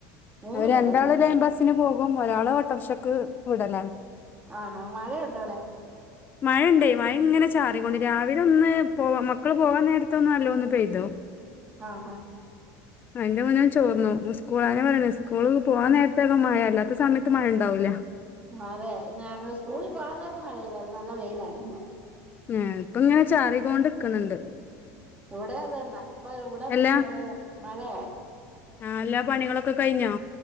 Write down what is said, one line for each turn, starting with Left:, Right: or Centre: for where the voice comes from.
Right: മൂന്ന്
Left: അവര്
Right: പേരല്ലേ
Left: രണ്ടാള് ലൈൻബസിന് പോകും ഒരാള് ഓട്ടോർഷക്ക് വിടലാണ്
Right: ആഹാ മഴയുണ്ടോ അവിടെ
Left: <unintelligible> മഴണ്ടേ മഴങ്ങനെ ചാറീകൊണ്ട് രാവിലെ ഒന്ന് പോവാ മക്കള് പോവാൻ നേരത്തൊന്ന് നല്ലോന്ന് പെയ്തു
Right: ആഹ് ആഹ്
Left: അയ്ന്റെ മുന്നേന് ചോർന്നു സ്കൂളയെന്നേ പറയ്ണെ സ്കൂൾ പോവാൻ നേരത്തേക്കെ മഴ അല്ലാത്ത സമയത്ത് മഴണ്ടാവൂല
Right: അതെ ഇന്ന് ഞങ്ങ സ്കൂളിൽ പോകാൻ നേരത്ത് മഴയില്ലായിരുന്നു നല്ല വെയിലായിരുന്നു
Left: ഏഹ് പ്പങ്ങനെ ചാറീകോണ്ട്ക്ക്‌ണ്ട്
Right: ഇവിടെതന്നെ ഇപ്പൊ ഇവിടെം
Left: എല്ലാ
Right: മഴയാ
Left: ആഹ് ല്ലാ പണികളൊക്കെ കഴിഞ്ഞോ